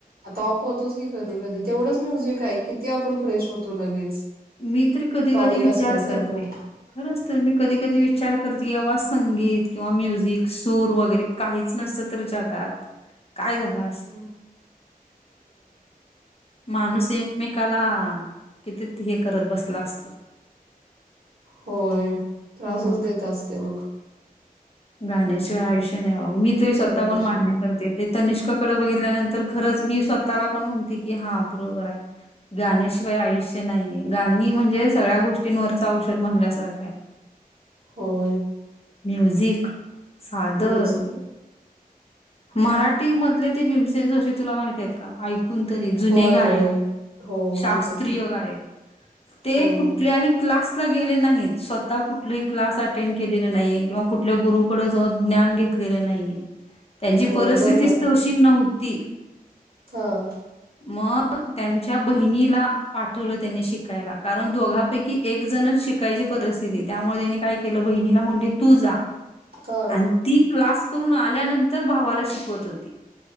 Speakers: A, on the right; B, on the left.
A: आता ऑफ होतोच की कधी कधी तेवढंच म्युझिक ऐक, किती आपण फ्रेश होतो लगेच.
B: मी तत्री कधी
A: टॉनिक
B: कधी विचार
A: असल्यासारखं
B: करते. खरं असतं. मी कधी कधी विचार करते. की बाबा संगीत किंवा म्युझिक, सूर वगैरे काहीच नसतं तर जगात, काय झाला
A: हो.
B: माणूस एकमेकाला किती हे करत बसला असता.
A: होय, त्रासच
B: मग
A: देत असतं मग.
B: गाण्याशिवाय आयुष्य नाही बाबा, मी तरी स्वतःहून
A: नाही आयुष्य
B: मान्य
A: नाही
B: करते. ते तनिष्काकडे बघितल्यानंतर खरंच मी स्वतःला पण म्हणते की हा बरोबर आहे. गाण्याशिवाय आयुष्य नाहीये, गाणी म्हणजे सगळ्या गोष्टींवरच औषध म्हणल्यासारखा आहे.
A: हो.
B: म्युझिक साधं.
A: म्युझिक
B: मराठीमधले ती भीमसेन जोशी तुला माहित आहेत का? ऐकून तरी जुने
A: होय
B: गायक,
A: होय हो
B: शास्त्रीय
A: माहित आहेत की
B: गायक. ते
A: हो
B: कुठल्याही क्लास ला गेले नाहीत, स्वतः कुठलही क्लास अटेंड केलेले नाही, किंवा कुठल्याही गुरुकडे जाऊ ज्ञान घ नाही, त्यांची
A: होय
B: परिस्थिती
A: बघ ना
B: च तशी नव्हती.
A: हां.
B: मग त्यांच्या बहिणीला पाठवलं त्यांनी शिकायला कारण दोघांपैकी एकजणच शिकायची परिस्थिती त्यामुळे त्यांनी काय केलं. बहिणीला म्हटले तू जा.
A: हां
B: आणि ती क्लास करून आल्यानंतर भावाला शिकवत होती.